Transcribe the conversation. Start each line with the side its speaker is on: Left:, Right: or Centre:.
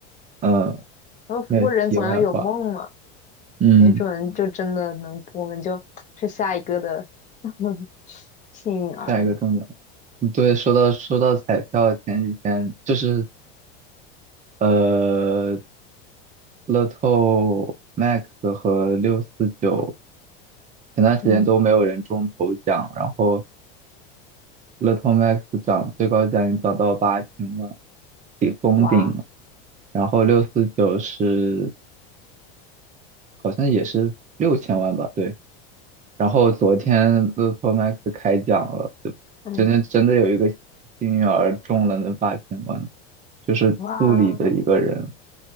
Right: 嗯，呃
Left: 然后，
Right: 那题外话，
Left: 不过人总要有梦嘛，
Right: 嗯，
Left: 没准就真的能，我们就是下一个的 <laughs> 幸运儿呢。
Right: 下一个重点。对，说到说到彩票，前几天就是呃，乐透 Max 和六四九，前段时间都没有人中头奖，
Left: 嗯，
Right: 然后乐透 Max 涨最高奖已经涨到八千万，顶封顶了，
Left: 哇，
Right: 然后六四九是好像也是六千万吧，对，然后昨天乐透 Max 开奖了，就真的真的有一个幸运儿中了那八千万，
Left: 嗯，
Right: 就是助理的一个人。
Left: 哇